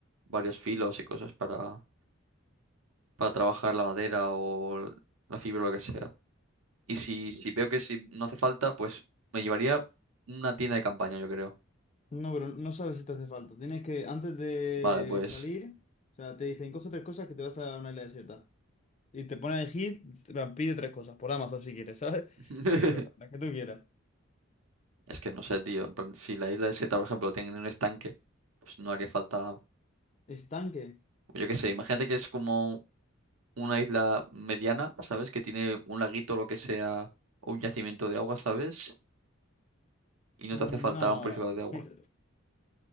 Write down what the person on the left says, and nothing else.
no, pero no sabes si te hace falta. Tienes que, antes de
salir, o sea, te dicen, coge tres cosas que te vas a una isla desierta. Y te pone a elegir, en plan, pide tres cosas, por Amazon si quieres, <laughs> ¿sabes?
Tres cosas, las que tú quieras.
¿Estanque?
Mm,
No.
pi-